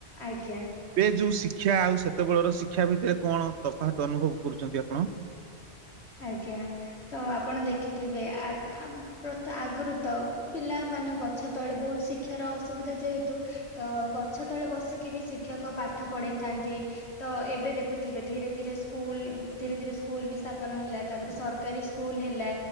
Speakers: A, on the left; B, on the right.
A: ଆଜ୍ଞା।
B: ଏବେ ଯୋଉ ଶିକ୍ଷା ଆଉ ସେତେବେଳର ଶିକ୍ଷା ଭିତରେ କଣ ତଫାତ ଅନୁଭବ କରୁଛନ୍ତି ଆପଣ?
A: ଆଜ୍ଞା ତ ଆପଣ ଦେଖିଥିବେ ଆ ପ ଆଗରୁ ତ ପିଲାମାନେ ଗଛତଳେ ବହୁତ ଶିକ୍ଷାର ଅସୁବିଧା ଯେହେତୁ। ତ ଗଛତଳେ ବସିକି ବି ଶିକ୍ଷକ ପାଠ ପଢେଇଥାନ୍ତି। ତ ଏବେ ଦେଖୁଥିବେ ଧୀରେ ଧୀରେ ସ୍କୁଲ ଧୀରେ ଧୀରେ ସ୍କୁଲ ବି ସ୍ତା ପନ ହେଲା ତାପରେ ସରକାରୀ ସ୍କୁଲ ହେଲା।